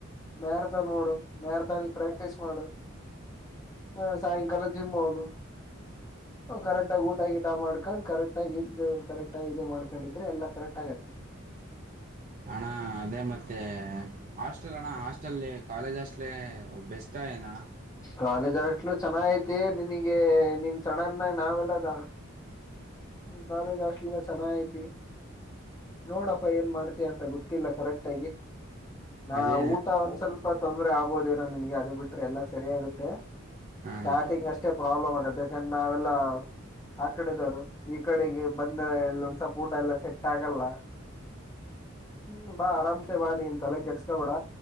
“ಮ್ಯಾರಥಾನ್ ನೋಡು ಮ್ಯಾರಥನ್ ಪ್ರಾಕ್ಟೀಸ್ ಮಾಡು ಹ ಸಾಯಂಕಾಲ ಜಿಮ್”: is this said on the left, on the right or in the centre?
Left